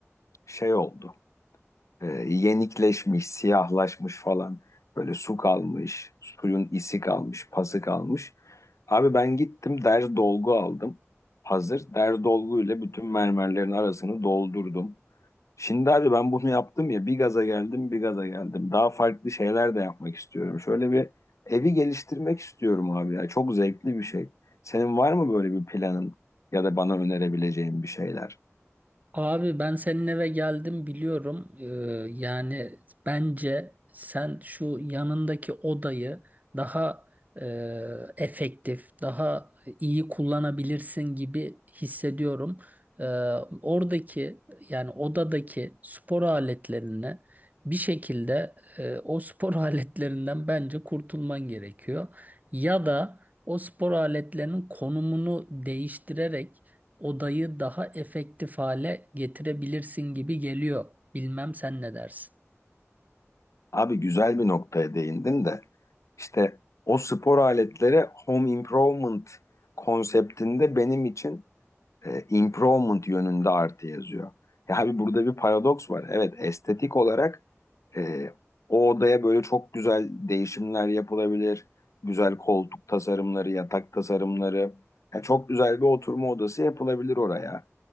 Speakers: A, on the left (about 80°); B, on the right (about 35°).
A: şey oldu e, yenikleşmiş, siyahlaşmış falan. Böyle su kalmış, suyun isi kalmış, pası kalmış. Abi ben gittim der dolgu aldım. Hazır der dolguyla bütün mermerlerin arasını doldurdum. Şimdi abi ben bunu yaptım ya bir gaza geldim bir gaza geldim. Daha farklı şeyler de yapmak istiyorum. Şöyle bir evi geliştirmek istiyorum abi ya. Çok zevkli bir şey. Senin var mı böyle bir planın ya da bana önerebileceğin bir şeyler?
B: Abi ben senin eve geldim biliyorum. Ee, yani bence sen şu yanındaki odayı daha e, efektif, daha iyi kullanabilirsin gibi hissediyorum. Ee, oradaki yani odadaki spor aletlerini bir şekilde e, o spor <laughs> aletlerinden bence kurtulman gerekiyor. Ya da o spor aletlerinin konumunu değiştirerek odayı daha efektif hale getirebilirsin gibi geliyor. Bilmem sen ne dersin.
A: Abi güzel bir noktaya değindin de işte o spor aletleri home improvement konseptinde benim için e, improvement yönünde artı yazıyor. Ya abi burada bir paradoks var. Evet estetik olarak ee, o odaya böyle çok güzel değişimler yapılabilir. Güzel koltuk tasarımları, yatak tasarımları. Ya çok güzel bir oturma odası yapılabilir oraya.